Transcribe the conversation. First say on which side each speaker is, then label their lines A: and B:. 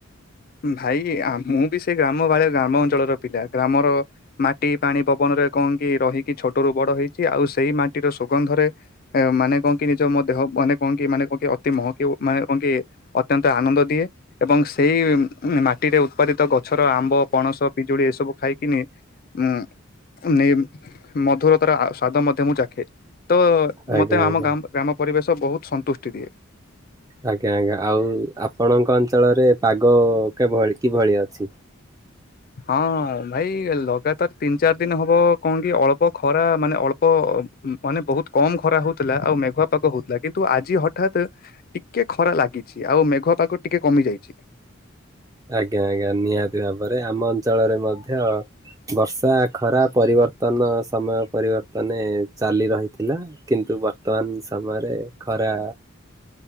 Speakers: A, on the left; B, on the right.
A: ଭାଇ ମୁଁ ବି ସେ ଗ୍ରାମବାଳିଆ ଗ୍ରାମ ଅଞ୍ଚଳର ପିଲା ଗ୍ରାମର ମାଟି ପାଣି ପବନରେ କଣ କି ରହିକି ଛୋଟରୁୁ ବଡ ହେଇଛି ଆଉ ସେଇ ମାଟିର ସୁଗନ୍ଧରେ ମାନେ କଣ କି ନିଜ ମୋ ଦେହ ମାନେ କଣ କି ମାନେ କଣ କି ଅତି ମହକି ମାନେ କଣ କି ଅତ୍ୟନ୍ତ ଆନନ୍ଦ ଦିଏ ଏବଂ ସେଇ ଉ ମାଟିରେ ଉତ୍ପାଦିତ ଗଛର ଆମ୍ବ ପଣସ ପିଜୁଳି ଏସବୁ ଖାଇକିନି ଉ ନେଇ ମଧୁରତାର ସ୍ୱାଦ ମଧ୍ୟ ମୁଁ ଚାଖେ ତ
B: ଆଜ୍ଞା
A: ମତେ ଆମ
B: ଆଜ୍ଞା
A: ଗ୍ରାମ ପରିବେଶ ବହୁତ ସନ୍ତୁଷ୍ଟି ଦିଏ
B: ଆଜ୍ଞା ଆଜ୍ଞା ଆଉ ଆପଣଙ୍କ ଅଞ୍ଚଳରେ ପାଗଭଳି କିଭଳି ଅଛି
A: ହଁ ଭାଇ ଲଗାତାର ତିନି ଚାରି ଦିନ ହବ କଣ କି ଅଳ୍ପ ଖରା ମାନେ ଅଳ୍ପ ମାନେ ବହୁତ କମ ଖରା ହଉଥିଲା ଆଉ ମେଘୁଆ ପାାଗ ହଉଥିଲା କିନ୍ତୁ ଆଜି ହଠାତ୍ ଟିକେ ଖରା ଲାଗିଛି ଆଉ ମେଘ ପାଖ ଟିକେ କମି ଯାଇଛି
B: ଆଜ୍ଞା ଆଜ୍ଞା ନିହାତି ଭାବରେ ଆମ ଅଞ୍ଚଳରେ ମଧ୍ୟ ବର୍ଷା ଖରା ପରିବର୍ତନ ସମୟ ପରିବର୍ତ୍ତନେ ଚାଲି ରହିଥିଲା କିନ୍ତୁ ବର୍ତ୍ତମାନ ସମୟରେ ଖରା